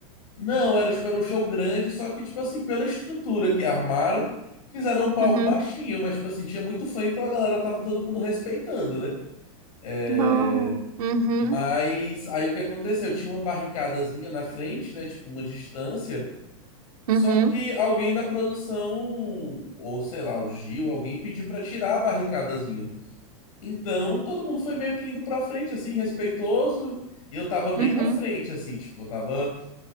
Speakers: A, on the left (about 80°); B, on the right (about 85°).
A: Não, era tipo, era um show grande, só que, tipo assim, pela estrutura que armaram, fizeram um palco
B: Uhum.
A: baixinho, mas, tipo assim, tinha muito fã, então a galera tava todo mundo respeitando, né? É,
B: Não. Uhum,
A: Mas aí o que aconteceu? Tinha uma barricadazinha na frente, né? Tipo, uma distância. Só
B: uhum,
A: que alguém da produção, ou sei lá, o Gil, alguém pediu pra tirar a barricadazinha. Então, todo mundo foi meio que indo pra frente, assim, respeitoso. E eu tava bem
B: uhum.
A: na frente, assim, tipo, eu tava